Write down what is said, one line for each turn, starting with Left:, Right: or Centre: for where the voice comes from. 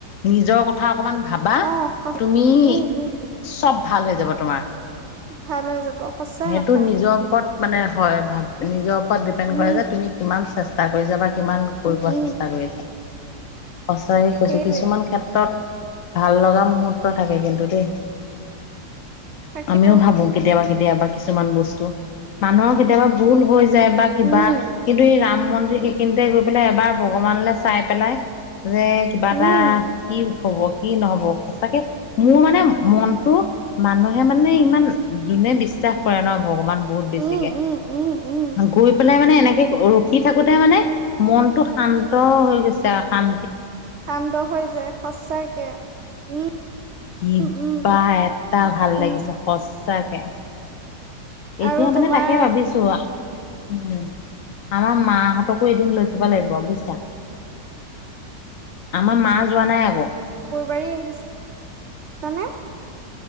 Left: নিজৰ কথা অকমান ভাবা
Right: অ', সঁচ
Left: তুমি
Right: উম, উম,
Left: চব ভাল হৈ যাব তোমাৰ
Right: ভাল হৈ যাব সঁচা
Left: সেইটো
Right: কথা।
Left: নিজৰ ওপৰত মানে হয় ভ নিজৰ দিপেন
Right: উম,
Left: কৰে যে তুমি কি চেষ্টা কৰি যাবা কিমান কৰিব
Right: উম,
Left: চেষ্টা কৰিছা। সঁচাকে কৈছো
Right: সেইটোৱে
Left: কিছুমান ক্ষেত্ৰত ভাল লগা মুহূৰ্ত থাকে কিন্তু দেই।
Right: তাকেতো
Left: আমিও ভাবো কেতিয়াবা কেতিয়াবা কিছুমান বস্তু মানুহৰ কেতিয়াবা ভুল হৈ যায় বা কিবা
Right: উম,
Left: কিন্তু এই ৰাম মন্দিৰ সেইখিনিতে গৈ পেলাই এবাৰ ভগৱানলৈ চাই পেলাই যে কিবা
Right: উম,
Left: এটা কি হব কি নহব সঁচাকে মোৰ মানে মনটো মানুহে মানে ইমান যোনে বিশ্বাস কৰে ন ভগবান বহুত বেছিকে
Right: উম, উম, উম, উম,
Left: গৈ পেলাই মানে মানে এনেকে ৰখি থাকোতে মানে মনটো শান্ত হৈ গৈছে আৰু শান
Right: কান্দ হৈ যায় সঁচাকে। উম
Left: কিবা
Right: উম, উম,
Left: এটা ভাল
Right: উম।
Left: লাগিছে সচ তাকে
Right: আৰু
Left: এতিয়া
Right: তোমাৰ
Left: মানে তাকে ভাবিছো উম আমাৰ মাহঁতকো এদিন লৈ যাব লাগিব বুজিছা। আমাৰ মা যোৱা নাই আকৌ।
Right: ৰী আহিছছানে?